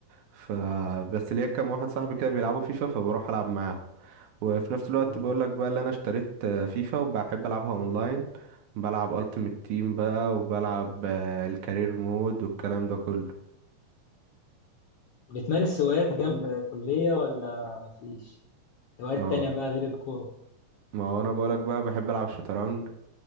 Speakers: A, on the right; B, on the left.
A: فبس ليا كام واحد صاحبي كده بيلعبوا فيفا فبروح العب معاهم وفي نفس الوقت
B: ف-
A: بقول لك بقى اللي انا اشتريت آه، فيفا وبحب العبها اونلاين بلعب التيمت تيم بقى وبلعب آه، الكارير مود والكلام ده كله
B: بتمارس هوايات جنب الكلية ولا مفيش؟ هوايات
A: ما
B: تانية بقى غير الكورة؟
A: ما هو انا بقول لك بقى بحب العب شطرنج